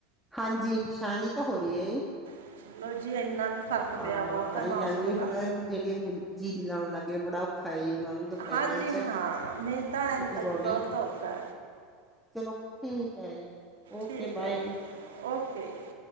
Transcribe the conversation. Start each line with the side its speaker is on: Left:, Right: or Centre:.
Centre: ਹਾਂਜੀ ਸਾਂਝ ਜੀ ਤਾਂ ਹੋ ਰਹੀ ਹੈ ਜੀ
Right: ਚਲੋ ਜੀ ਇੰਨਾ ਵੀ ਫਰਕ
Centre: ਹਾਂ
Right: ਪਿਆ ਬਹੁਤ ਹੈ
Centre: ਇਨਾ
Right: ਮੌਸਮ
Centre: ਕੁ
Right: ਦਾ
Centre: ਹਨ ਜਿਹੜੀ ਜੀਰੀ ਲਾਉਣ ਲੱਗੇਏ, ਬੜਾ ਔਖਾ ਐ ਉਹਨਾ ਨੂੰ ਦੁਪਹਿਰਿਆਂ
Right: ਹਾਂਜੀ
Centre: ਚ
Right: ਹਾਂ ਮੈਂ ਤਾ <unintelligible> ਨੂੰ
Centre: ਲਗਾਉਣੇ
Right: ਤੇ ਬੌਤ ਔਖਾ।
Centre: ਚਲੋ ਠੀਕ ਹੈ ਜੀ। ਓਕੇ
Right: ਠੀਕ
Centre: ਬਾਏ।
Right: ਹੈ ਜੀ, ਓਕੇ ਜੀ।